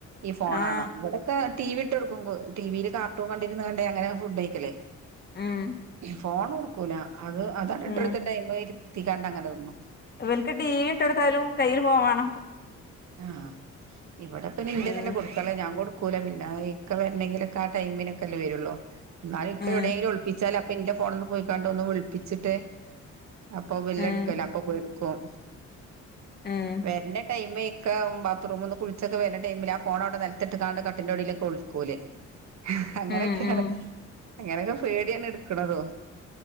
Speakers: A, on the right (about 65°); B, on the left (about 35°).
A: ഈ ഫോണാണം
B: ആഹ്
A: ഇവടെക്കെ ടി വി ഇട്ട് കൊടുക്കും. ടി വി ല് കാർട്ടൂൺ കണ്ടിരുന്നാണ്ടേ അങ്ങനെ ഫുഡ് കയിക്കലേ
B: ഉം
A: ഫോൺ കൊടുക്കൂല അത് അതാണ്ട്
B: ഉം
A: ഇട്ട് കൊട്ത്ത്ട്ട് അയ്മല് ഇരുത്തിക്കണ്ട് അങ്ങനെ തിന്നും
B: ഇവൽക്ക് ടീവീ ഇട്ടു കൊടുത്താലും കയ്യില് ഫോൺ വേണം
A: ആഹ് ഇവിടെപ്പൊ ഇനിന്റെതല്ല
B: ഉം
A: കൊടുക്കാൻഉള്ളെ ഞാൻ കൊടു ക്കൂല പിന്നെ ഇക്ക വരണെങ്കിലൊക്കെ ആ ടൈമിനൊക്കെ അല്ലേ വരുള്ളൂ ഇന്നാലും ഇക്ക
B: ഉം
A: എവിടെയെങ്കിലും ഒളിപ്പിച്ചാല് അപ്പൊ ഇന്റെ ഫോണ്ന്ന് പോയിക്കാണ്ട് ഒന്നു വിളിപ്പിച്ചിട്ടേ അപ്പൊ ബില്ലടിക്കുവല്ലോ
B: ഉം
A: അപ്പൊ പോയി എടുക്കു ഓൻ.
B: ഉം
A: വര്ന ടൈമെ ക്ക ബാത്റൂം ഒന്ന് കുളിച്ചൊക്കെ വര്ന ടൈമിൽ ആ ഫോൺ അവിടെ നിലത്തിട്ട് കാണ്ട് കട്ടിന്റെ ടേലൊക്കെ ഒളിക്കോല് അങ്ങനെയൊക്കെയാണ്
B: ഉം ഉം
A: അങ്ങനെയൊക്കെ പേടിയാണ് ഇടുക്കണതു